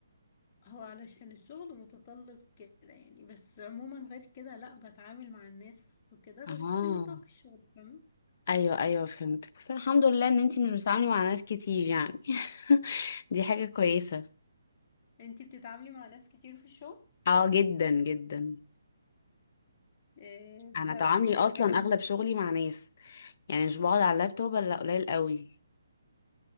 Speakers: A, on the left; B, on the left.
A: هو علشان الشغل متطلب كده يعني بس عموما غير كده لا بتعامل مع الناس وكده
B: اه
A: بس في نطاق الشغل فاهمة
B: ايوه ايوه فهمتك بس الحمد لله ان انتي مش بتتعاملي مع ناس كتير يعني <laughs> دي حاجة كويسة
A: انتي بتتعاملي مع ناس كتير في الشغل
B: اه جدا جدا
A: إيه ده
B: انا تعاملي
A: شايفاه
B: اصلا اغلب شغلي مع ناس يعني مش بقعد على اللابتوب الا قليل قوي